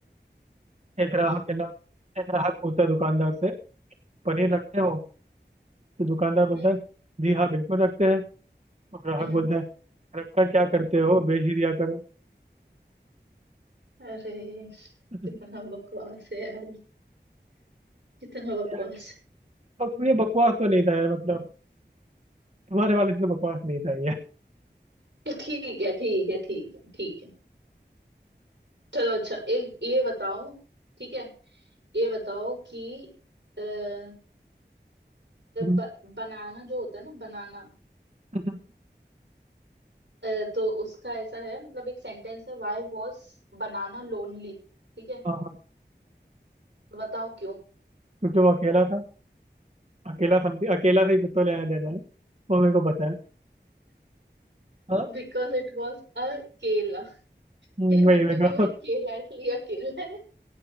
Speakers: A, on the right (about 40°); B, on the right (about 80°).
A: एक ग्राहक
B: हम्म
A: है ना एक ग्राहक पूछता है दुकानदार से पनीर रखते हो तो दुकानदार बोलता
B: हम्म
A: है जी हाँ बिल्कुल रखते हैं तो ग्राहक
B: हम्म
A: बोलता है रखकर क्या करते हो बेच ही दिया करो
B: अरे
A: <laughs> तो
B: कितना बकवास है यार ये, कितना बकवास
A: यार, बक, ये बकवास तो नहीं था यार मतलब तुम्हारे वाले से तो बकवास नहीं था ये
B: है। ठीक है ठीक है ठीक है ठीक है चलो अच्छा एक ये बताओ ठीक है ये बताओ कि अ, अ,
A: <laughs>
B: ब, बनाना जो होता है ना बनाना
A: हाँ
B: अ, तो उसका ऐसा है मतलब एक सेंटेंस है वाई वॉज बनाना लोनली ठीक है
A: हाँ
B: तो बताओ क्यों
A: क्योंकि वो अकेला था अकेला समथिंग अकेला से ही कुछ तो लेना देना है वो मेरे को पता है हाँ
B: बिकॉज इट वॉज अ केला <laughs>
A: हम्म,
B: ये
A: वही
B: वो क्योंकि
A: मेरे
B: वो
A: को
B: एक केला है इसलिए अकेला है